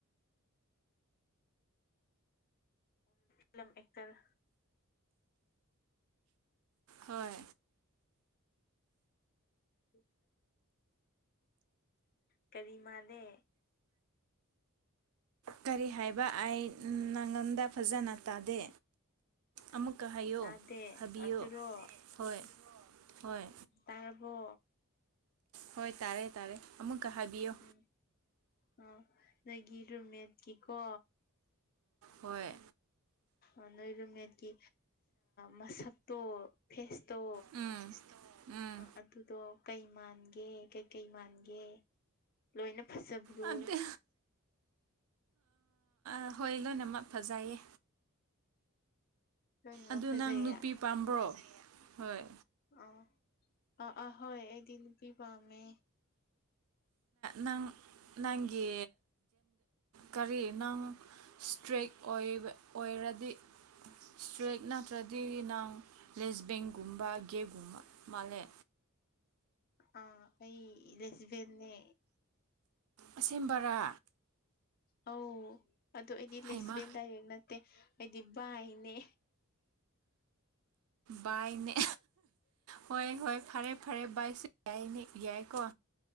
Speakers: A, on the left; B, on the right.
A: ꯐꯤꯂꯝ ꯑꯦꯛꯇꯔ
B: ꯍꯣꯏ
A: ꯎꯝ ꯀꯔꯤ ꯃꯥꯥꯂꯤ
B: ꯀꯔꯤ ꯍꯥꯏꯕ ꯑꯩ ꯅꯪꯉꯣꯟꯗ ꯐꯖꯅ ꯇꯥꯗꯦ ꯑꯃꯨꯛꯀ ꯍꯥꯏꯌꯣ
A: ꯇꯥꯗꯦ
B: ꯍꯥꯏꯕꯤꯌꯣ
A: ꯑꯗꯨꯔꯣ
B: ꯍꯣꯏ ꯍꯣꯏ
A: ꯇꯥꯔꯕꯣ
B: ꯍꯣꯏ ꯇꯥꯔꯦ ꯇꯥꯔꯦ ꯑꯃꯨꯛꯀ ꯍꯥꯏꯕꯤꯌꯣ
A: ꯎꯝ ꯑ ꯅꯣꯏꯒꯤ ꯔꯨꯝꯃꯦꯠꯀꯤꯀꯣ
B: ꯍꯣꯏ
A: ꯑ ꯅꯣꯏ ꯔꯨꯝꯃꯦꯠꯀꯤ ꯃꯁꯛꯇꯣ ꯐꯦꯁꯇꯣ
B: ꯎꯝ ꯎꯝ
A: ꯑꯗꯨꯗꯣ ꯀꯩ ꯃꯥꯟꯒꯦ ꯀꯩꯀꯩ ꯃꯥꯟꯒꯦ ꯂꯣꯏꯅ ꯐꯥꯖꯕ꯭ꯔꯣ
B: ꯑꯗ ꯑꯍꯣꯏ ꯂꯣꯏꯅꯃꯛ ꯐꯥꯖꯩꯌꯦ
A: ꯂꯣꯏꯅꯃꯛ
B: ꯑꯗꯨ
A: ꯐꯖꯩꯌꯦ
B: ꯅꯪ ꯅꯨꯄꯤ ꯄꯥꯝꯕ꯭ꯔꯣ ꯍꯣꯏ
A: ꯑ ꯑ ꯑ ꯍꯣꯏ ꯑꯩꯗꯤ ꯅꯨꯄꯤ ꯄꯥꯝꯃꯦ
B: ꯅꯪ ꯅꯪꯒꯤ ꯀꯔꯤ ꯅꯪ ꯏꯁꯇ꯭ꯔꯤꯛ ꯑꯣꯏ ꯑꯣꯏꯔꯗꯤ ꯏꯁꯇ꯭ꯔꯤꯛ ꯅꯠꯇ꯭ꯔꯗꯤ ꯅꯪ ꯂꯦꯁꯕꯦꯟ ꯒꯨꯝꯕ ꯒꯦ ꯀꯨꯝꯕ ꯃꯥꯜꯂꯦ
A: ꯑ ꯑꯩ ꯂꯦꯁꯕꯦꯟꯅꯦ
B: ꯑꯁꯦꯡꯕꯔꯥ
A: ꯑꯧ ꯑꯗꯨ ꯑꯩꯗꯤ ꯂꯦꯁꯕꯦꯟ
B: ꯍꯩꯃ
A: ꯗꯥꯏꯔꯦꯛ ꯅꯠꯇꯦ ꯑꯩꯗꯤ ꯕꯥꯏꯅꯦ
B: ꯕꯥꯏꯅꯦ ꯍꯣꯏ ꯍꯣꯏ ꯐꯔꯦ ꯐꯔꯦ ꯕꯥꯏꯁꯨ ꯌꯥꯏꯅꯦ ꯌꯥꯏꯀꯣ